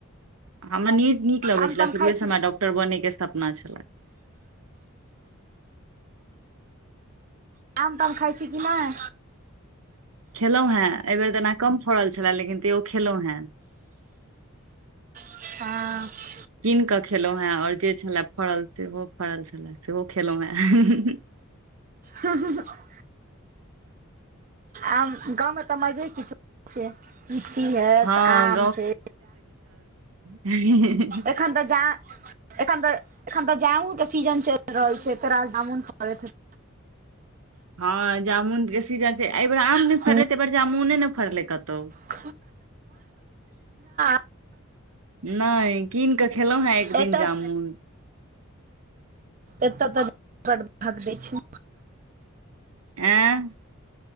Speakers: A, on the right; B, on the right.
A: हमरा नीट नीक लगै
B: आम
A: छलै
B: ताम
A: शुरुए
B: खाइ छी
A: सऽ हमरा डॉक् टर बनै के सपना छऽले
B: आम ताम खाइ छी कि नय
A: खेलौ हेँ एहि बेर त एना कम फड़ल छले लेकिन तैयो खेलौं हेँ
B: हँऽ
A: कीन कऽ खेलौं हें और जे छलए फड़ल सेहो फड़ल छलए सेहो खेलहुॅं हें
B: हॅंअ हॅंअ हॅंअ आ गाँव मे तऽ मजे किछो छै लीची हेत
A: हँ
B: आम छै
A: हँ <unintelligible>
B: एखन तऽ जा एखन तऽ एखन तऽ जाऊन के सीजन चलि रहल छैय तोरा जामुन फड़ेत हेतो
A: हँ जामुन के सीजन छैय एहि बेेर आम नय
B: हेतौ।
A: फड़लै तऽ एहिबेर जामुने ने फड़लै कतौ
B: <unintelligible> हं <unintelligible>
A: नहि कीन कऽ खेलहुँ हेँ एक दिन
B: एतह
A: जामुन
B: एते त भग दै छै
A: एं